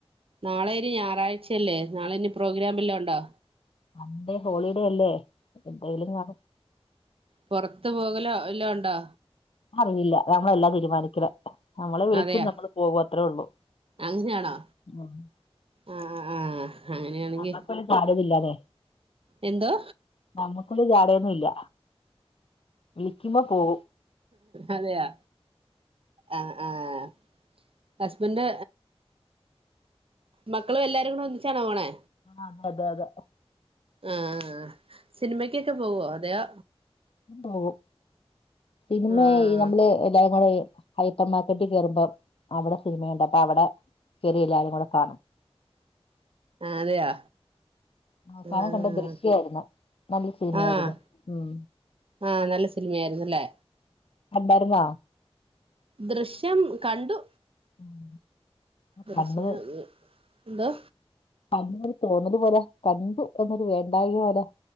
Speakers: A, on the right; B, on the left.
A: നാളെ ഇനി ഞായറാഴ്ചയല്ലേ നാളെ ഇനി പ്രോഗ്രാം വല്ലോം ഉണ്ടോ?
B: സൺ‌ഡേ ഹോളിഡേ അല്ലേ പ്പ എന്തെലും കാണും.
A: പുറത്ത് പോകലോ വല്ലോം ഉണ്ടോ?
B: അറില്ല ഞങ്ങളല്ലാ തീരുമാനിക്കണെ ഞങ്ങളെ വിളിക്കും
A: അതെയോ
B: ഞങ്ങള് പോകും അത്രേ ഉള്ളു
A: അങ്ങനെയാണോ
B: മ്ഹ്
A: ആഹ് ആഹ് ആഹ് അങ്ങനെയാണെങ്കിൽ
B: നമ്മുക്കൊരു ജാടയൊന്നുമില്ലാതെ
A: എന്തോ?
B: നമ്മുക്കടെ ചാടയൊന്നും ഇല്ല വിളിക്കുമ്പോ പോകും
A: അതെയാ ആഹ് ആഹ് ഹസ്ബൻഡ് മക്കളും എല്ലാരും കൂടെ ഒന്നിച്ചാണ പോണെ?
B: ആഹ് അതെ അതെ അതെ
A: ആഹ് ആഹ് ആഹ് സിനിമക്കൊക്കെ പോവോ അതെയൊ
B: പോവും സിനിമെ
A: ആഹ്
B: ഈ നമ്മള് എല്ലാരും കൂടെ അപ്പമാക്കെട്ടി കേറുമ്പോം അവിടെ സിനിമയുണ്ട് അപ്പൊ അവിടെ കയറി എല്ലാവാരും കൂടെ കാണും.
A: അതെയോ
B: അവസാനം
A: ആഹ്
B: കണ്ട ദൃശ്യായിരുന്നു. നല്ല സീനായര്ത്
A: ആഹ്
B: ഉം
A: ആഹ് നല്ല സിനിമ ആയിരുന്നല്ലേ
B: കണ്ടായിരുന്നോ
A: ദൃശ്യം കണ്ടു
B: ഉം
A: ദൃശ്യ
B: കണ്ണ്
A: എന്തോ
B: അന്നര് തോന്നത് പോലെ കണ്ടു എന്നൊരു വേണ്ടായ പോലെ